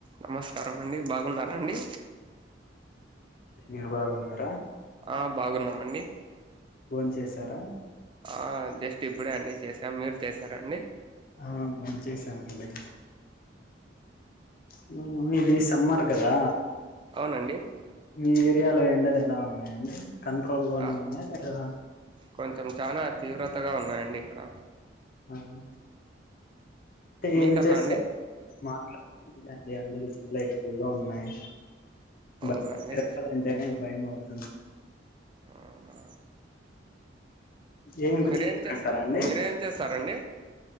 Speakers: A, on the right; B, on the left.
A: నమస్కారం అండి బాగున్నారాండి.
B: <inaudible> మీరు బాగున్నారా.
A: ఆ బాగున్నామండి.
B: బోన్ చేసారా.
A: ఆ జస్ట్ ఇప్పుడే అండి చేసాం మీరు చేసారండి.
B: ఆ భోంచేసారండీ హ్మ్ ఇది సమ్మర్ కదా
A: అవునండి
B: మీ ఏరియాలో ఎండలు ఎలా ఉన్నాయండి కంట్రోల్ లోనే
A: తా
B: ఉన్నాయా లేదా
A: కొంచెం చానా తీవ్రతగా ఉన్నాయండి ఇక్కడ
B: ఆహా తే
A: మీకల్లా
B: ఏం చేస్తా
A: అండి
B: మా <unintelligible> ఎండలు చాలా ఎక్కువగా ఉన్నాయి <unintelligible>
A: అవునా అండి
B: అంటేనే భయం అవుతుం
A: అవునా
B: ఏం ఇంకా
A: మీరేం
B: <inaudible>
A: చేస్తారు
B: టారండి
A: మీరేం చేస్తారండి